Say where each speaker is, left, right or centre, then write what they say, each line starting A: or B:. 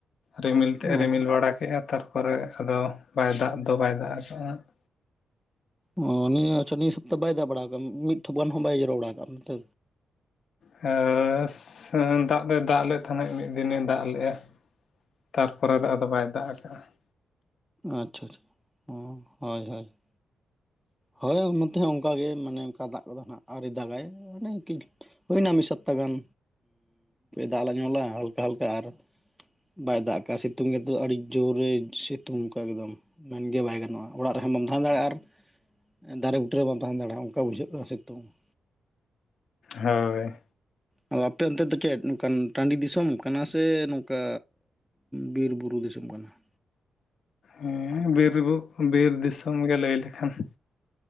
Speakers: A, on the left (about 60°); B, in the centre.
A: ᱨᱤᱢᱤᱞ ᱛᱮᱫ ᱮ
B: ᱚ
A: ᱨᱤᱢᱤᱞ ᱵᱟᱲᱟ ᱠᱮᱜᱼᱟ, ᱛᱟᱨᱯᱚᱨᱮ ᱟᱫᱚ ᱵᱟᱭ ᱫᱟᱜ ᱫᱚ ᱵᱟᱭ ᱫᱟᱜ ᱠᱟᱜᱼᱟ ᱾
B: ᱚ ᱱᱤᱭᱟᱹ ᱟᱪᱪᱷᱟ ᱱᱤᱭᱟᱹ ᱥᱚᱯᱛᱟ ᱵᱟᱭ ᱫᱟᱜ ᱵᱟᱲᱟᱟᱣ ᱠᱟᱜᱼᱟ, ᱢᱤᱫ ᱴᱷᱚᱯ ᱜᱟᱱ ᱦᱚᱸ ᱵᱟᱭ ᱡᱚᱨᱚ ᱵᱟᱲᱟ ᱠᱟᱜᱼᱟ ᱚᱱᱛᱮ
A: <unintelligible> ᱫᱟᱜ ᱫᱚᱭ ᱫᱟᱜ ᱞᱮᱫ ᱛᱟᱦᱮᱸᱱᱟ ᱢᱤᱫ ᱫᱤᱱᱮ ᱫᱟᱜ ᱞᱮᱫᱼᱟ ᱾ ᱛᱟᱨᱯᱚᱨᱮ ᱫᱚ ᱟᱫᱚ ᱵᱟᱭ ᱫᱟᱜ ᱟᱠᱟᱫᱼᱟ ᱾
B: ᱟᱪᱪᱷᱟ, ᱟᱪᱪᱷᱟ ᱚ ᱦᱳᱭ, ᱦᱳᱭ ᱾ ᱦᱳᱭ ᱱᱚᱛᱮ ᱛᱮ ᱦᱚᱸ ᱚᱱᱠᱟᱟᱜ ᱜᱮ ᱢᱟᱱᱮ ᱚᱱᱠᱟ ᱫᱟᱜ ᱠᱚᱫᱚ ᱦᱟᱸᱜ ᱟᱣᱨᱤ ᱫᱟᱜᱟᱭ ᱢᱟᱱᱮ <inaudible> ᱦᱩᱭᱱᱟ ᱢᱤᱫ ᱥᱚᱯᱛᱟ ᱜᱟᱱ ᱫᱟᱜ <inaudible> ᱦᱟᱞᱠᱟ ᱦᱟᱞᱠᱟ ᱟᱨ ᱵᱟᱭ ᱫᱟᱜ ᱠᱟᱜᱼᱟ, ᱥᱤᱛᱩᱝ ᱜᱮ ᱜᱮᱛᱚ ᱟᱹᱰᱤ ᱡᱳᱨᱮ ᱥᱤᱛᱩᱝ ᱟᱠᱟ ᱮᱠᱫᱚᱢ ᱾ ᱢᱮᱱᱜᱮ ᱵᱟᱭ ᱜᱟᱱᱚᱜᱼᱟ᱾ ᱚᱲᱟᱜ ᱨᱮᱦᱚᱸ ᱵᱟᱢ ᱫᱷᱟᱱ ᱫᱟᱲᱮᱭᱟᱜᱼᱟ ᱟᱨ ᱫᱟᱨᱮ ᱵᱩᱴᱟᱹᱨᱮ ᱵᱟᱢ ᱛᱮᱦᱮᱱ ᱫᱟᱲᱮᱭᱟᱜᱼᱟ᱾ ᱚᱱᱠᱟ ᱵᱩᱡᱷᱟᱹᱜᱼᱟ ᱥᱤᱛᱩᱝ ᱾
A: ᱦᱳᱭ᱾
B: ᱟᱫᱚ ᱟᱯᱮ ᱚᱱᱛᱮ ᱫᱚ ᱪᱮᱫ ᱱᱚᱝᱠᱟᱱ ᱴᱟᱺᱰᱤ ᱫᱤᱥᱚᱢ ᱠᱟᱱᱟ ᱥᱮ ᱱᱚᱝᱠᱟ ᱵᱤᱨ ᱵᱩᱨᱩ ᱫᱤᱥᱚᱢ ᱠᱟᱱᱟ ᱾
A: ᱦᱮᱸ ᱵᱤᱨ ᱵᱩᱨᱩ ᱵᱤᱨ ᱫᱤᱥᱚᱢ ᱜᱮ ᱞᱟᱹᱭ ᱞᱮᱠᱷᱟᱱ ᱾